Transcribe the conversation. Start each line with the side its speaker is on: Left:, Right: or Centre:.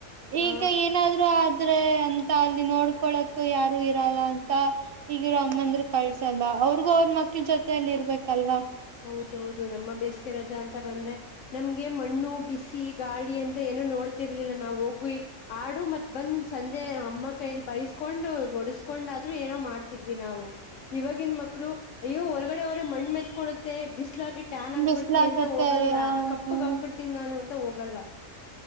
Left: ಹಾ
Right: ಈಗ ಏನಾದ್ರು ಆದ್ರೆ ಅಂತ ಅಲ್ಲಿ ನೋಡ್ಕೊಳಕ್ ಯಾರು ಇರಲ್ಲ ಅಂತ ಈಗಿರೋ ಅಮ್ಮಂದ್ರ ಕಳ್ಸಲ್ಲ ಅವ್ರಿಗೂ ಅವ್ರ ಮಕ್ಳ ಮಕ್ಕ ಜೊತೆಯಲ್ಲಿ ಇರ್ಬೇಕಲ್ವಾ
Left: ಹೌದೌದು ನಮ್ಮ ಬೇಸಿಗೆ ರಜಾ ಅಂತ ಬಂದ್ರೆ ನಮ್ಗೆ ಮಣ್ಣು ಬಿಸಿ ಗಾಳಿ ಅಂತ ಏನೋ ನೋ ಗೊತ್ತಿರ್ಲಿಲ್ಲ ನಾವು ಹೋಗ್ವಿ ಆಡು ಮತ್ ಬಂದ್ ಸಂಜೆ ಅಮ್ಮ ಕೈಲ್ಲಿ ಬೈಸ್ಕೊಂಡು ಡಸ್ಕೊಂಡು ಆದ್ರೂ ಏನೋ ಮಾಡ್ತಿದ್ವಿ ನಾವು ಇವಾಗಿನ ಮಕ್ಕಳು ಅಯ್ಯೋ ಹೊರಗಡೆ ಅವರ ಮಣ್ಣ ಮೆತ್ಕೊಡುತ್ತೆ ಬಿಸಲಾಗಿಟ್ಟ ಟ್ಯಾನ್ ಆಗ್ಬಿಡ್ತೀನಿ
Right: ಬಿಸ್ಲಾಗತ್ತೆ
Left: ಅಂತ ಹೋಗಲ್ಲ ಕಪ್ಪಗ ಆಗ್ಬಿಡ್ತೀನಿ ನಾನು ಅಂತ ಹೋಗಲ್ಲ